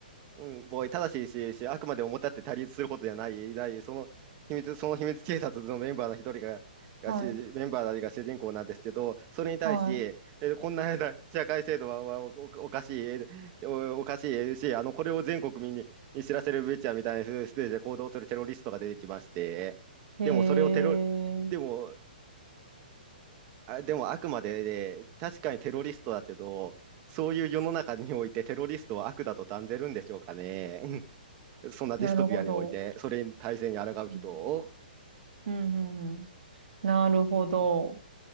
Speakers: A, on the right; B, on the right.
A: うん、ボーイ、ただし、し、し、あくまで表立って対立することじゃない、だい、その秘密、その秘密警察のメンバーの一人が、
B: はい。
A: がし、メンバーたちが主人公なんですけど、それに対し、
B: は
A: えーこんな社会制度ははお、お、おかしい、えーお、おかしいし、あの、これを全国民にに知らせるべきやみたいなステージで行動するテロリストが出てきまして、
B: い。へえ、
A: でもそれをテロ、でも、あ、でもあくまで、ね、確かにテロリストだけど、そういう世の中においてテロリストは悪だと断ぜるんでしょうかね。そんなディストピアにおいて、
B: なるほど。
A: それに体制に抗う人を、
B: うんうんうんうん。なるほど。